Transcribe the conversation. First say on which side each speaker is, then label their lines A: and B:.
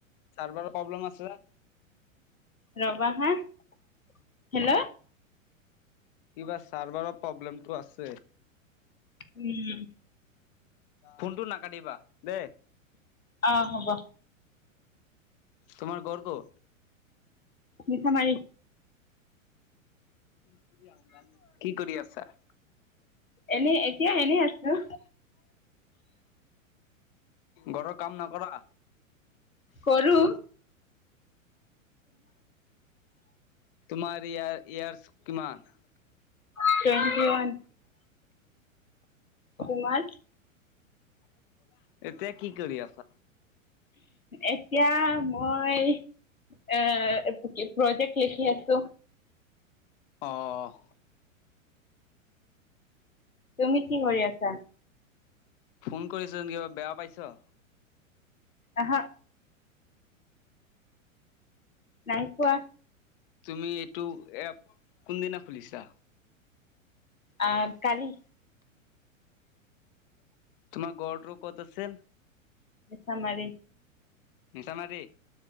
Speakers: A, on the left; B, on the left.
A: চাৰ্ভাৰৰ প্ৰব্লেম আছে।
B: ৰবা হাঁ হেল্ল'
A: কিবা চাৰ্ভাৰৰ প্ৰব্লেমটো আছে।
B: উম,
A: ফোনটো নাকাটিবা দে।
B: অ', হ'ব
A: তোমাৰ ঘৰ ক'ত?
B: মিচামাৰী
A: <inaudible> কি কৰি আছা?
B: এনে এতিয়া এনেই আছোঁ।
A: ঘৰৰ কাম নকৰা? <inaudible>
B: কৰো
A: তোমাৰ ইয়াৰ ইয়াৰছ কিমান?
B: টুৱেন্টি ৱান, তোমাৰ?
A: <unintelligible> এতিয়া কি কৰি আছা?
B: এতিয়া মই এ প্ৰজেক্ট লিখি আছোঁ।
A: অ',
B: তুমি কি কৰি আছা?
A: ফোন কৰিছো কিবা বেয়া পাইছ?
B: আঁহা নাই পোৱা।
A: তুমি এইটো এপ কোনদিনা খুলিছা?
B: আ, কালি
A: <inaudible> তোমাৰ ঘৰটো ক'ত আছিল?
B: মিছামাৰী
A: মিছামাৰী?